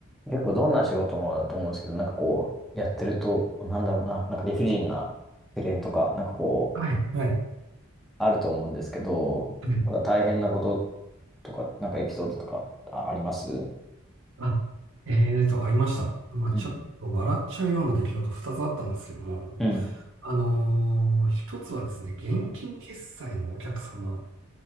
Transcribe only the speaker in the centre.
結構どんな仕事もだと思うんですけど、なんかこう、やってると、なんだろうな、なんか理不尽なクレームとか、なんかこう、
あると思うんですけど、
なんか大変なこととか、なんかエピソードとか、あ、ありますう
ん。うん。
うん